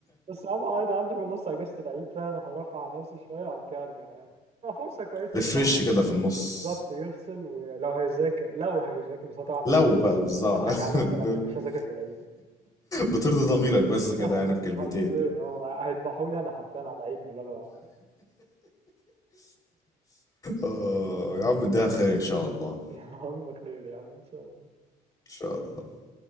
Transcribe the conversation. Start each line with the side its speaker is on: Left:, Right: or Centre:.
Right: بس يا عم عادي عندي في النص اجازة العيد فاهم هرفع عن نفسي شوية وبعد كده ارجع يعني آه، فرصة كويسة
Left: ريفرش
Right: ان الواحد
Left: كده في النص
Right: بالظبط يفصل ولو هيذاكر لو هيذاكر بس أنا طبعا
Left: لو بقى بالظبط
Right: هضحك على نفسي انا
Left: <laughs>
Right: اكيد مش هذاكر في العيد
Left: بترضي ضميرك بس كده
Right: <laughs>
Left: يعني بكلمتين
Right: حرفيا هو هيذبحوني انا حرفيا على العيد باللي انا بعمله
Left: اه يا عم اديها خير ان شاء الله
Right: <laughs> يا عم خير يا عم ان شاء الله
Left: ان شاء الله